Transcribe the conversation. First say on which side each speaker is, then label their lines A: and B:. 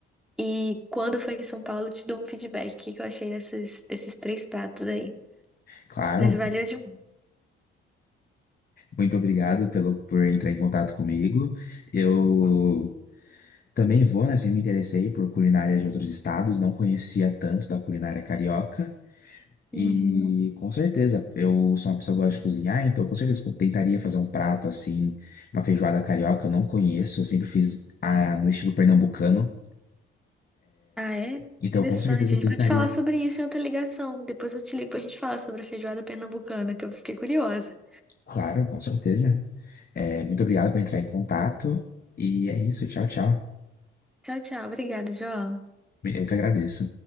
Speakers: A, in the centre; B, on the left.
A: E quando for em São Paulo, eu te dou um feedback. O que que eu achei desses, desses três pratos aí?
B: Claro.
A: Mas valeu demais.
B: Muito obrigado pelo, por entrar em contato comigo. Eu também vou, né? Assim, me interessei por culinária de outros estados, não conhecia tanto da culinária carioca.
A: Uhum.
B: E com certeza, eu sou uma pessoa que gosta de cozinhar, então com certeza eu tentaria fazer um prato assim, uma feijoada carioca, eu não conheço, eu sempre fiz a, no estilo pernambucano.
A: Ah, é?
B: Então
A: Interessante.
B: com certeza eu
A: A gente
B: tentaria.
A: pode falar sobre isso em outra ligação. Depois eu te ligo pra gente falar sobre a feijoada pernambucana, que eu fiquei curiosa.
B: Claro, com certeza. É, muito obrigado por entrar em contato. E é isso, tchau, tchau.
A: Tchau, tchau. Obrigada, João.
B: Eu que agradeço.